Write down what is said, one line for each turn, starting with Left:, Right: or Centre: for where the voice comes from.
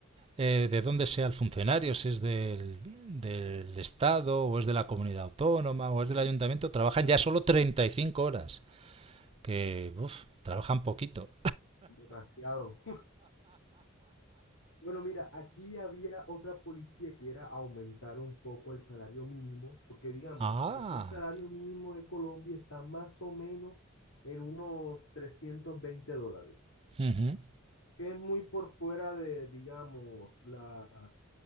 Right: eh, de dónde sea el funcionario, si es del, del Estado o es de la comunidad autónoma o es del ayuntamiento, trabajan ya solo 35 horas, que uf, trabajan poquito.
Left: demasiado. Bueno, mira, aquí había otra política que era aumentar un poco el salario mínimo, porque digamos,
Right: Ah,
Left: aquí el salario mínimo de Colombia está más o menos en unos 320 dólares,
Right: ujú.
Left: que es muy por fuera de, digamos, la,